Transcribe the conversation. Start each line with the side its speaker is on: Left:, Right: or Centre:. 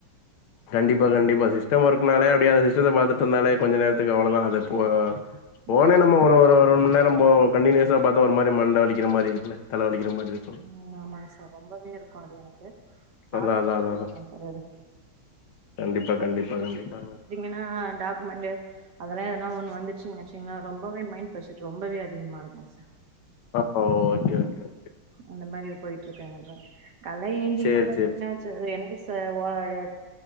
Left: கண்டிப்பா கண்டிப்பா சிஷ்டம் ஒர்க்னாலே அப்படியே அ சிஷ்டத்த பாத்துட்டு இருந்தாலே கொஞ்ச நேரத்துக்கு அவ்ளோதான் அதுப் போ ஃபோனே
Right: ம்
Left: நம்ம ஒரு ஒரு ஒரு மணிநே ரொம்போ கண்டனியூஸா பாத்தா ஒரு மாரி மண்டை வலிக்கிற மாரி இருக்குல தலை வலிக்கிற மாரி இருக்
Right: ம் ஆமாங்க சார் ரொம்பவே இருக்கும் அது எனக்கு டார்ச்ச
Left: அதா அதா அதா
Right: மாறி
Left: அதா
Right: இருக்குங் சார் அது
Left: கண்டிப்பா கண்டிப்பா கண்டிப்பாங்க
Right: ஏனா டாக்குமெண்டு அதெல்லா எதுனா ஒன்னு வந்துச்சுன் வச்சுக்குங்ள ரொம்பவே மைண்ட் பிரஷர் ரொம்பவே அதிகமா இருக்கு சார்
Left: ஆமா ஓகே ஓகே ஓகே
Right: அந்த மாரி போயிட்ருக்கு எனக்கு கால்ல ஏஞ்சீங்கனா
Left: சேரி
Right: பாத்தீக்
Left: சேரி
Right: என்னாச்சு எனக்கு சா வாழ